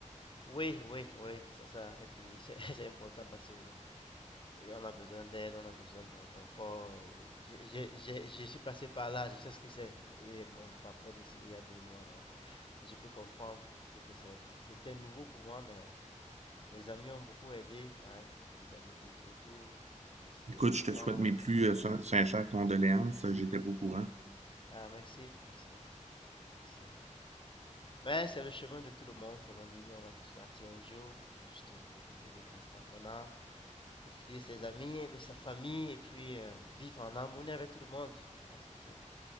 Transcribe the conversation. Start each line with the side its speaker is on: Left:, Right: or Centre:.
Left: Oui, oui, oui, c'est ça. Et puis, c'est <laughs> c'est important parce que Et on a besoin d'aide, on a besoin du réconfort. Et j'ai, j'ai- j'ai- je suis passé par là, je sais ce que c'est. Et mon papa est décédé il y a deux mois, donc euh, je peux comprendre ce que c'est. C- C'était nouveau pour moi, mais les amis ont beaucoup aidé. ouais. Il y avait des amis qui étaient autour, qui te visitaient
Right: Écoute,
Left: tout
Right: je
Left: le
Right: te
Left: temps.
Right: souhaite mes plus euh, sin- sincères condoléances. Euh, J'étais pas au courant.
Left: Ah, merci, merci, merci. Mais c'est le chemin de tout le monde, comme on dit. On va tous partir un jour. faut juste euh, profiter des instants qu'on a, profiter de ses amis, de sa famille, et puis euh, vivre en harmonie avec tout le monde. Je pense que c'est